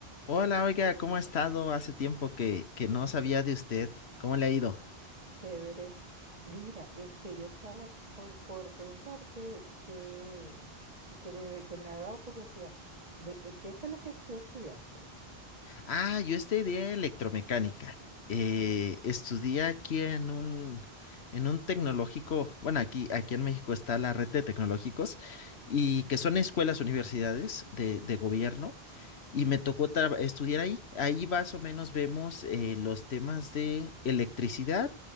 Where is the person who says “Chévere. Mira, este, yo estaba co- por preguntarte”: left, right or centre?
Right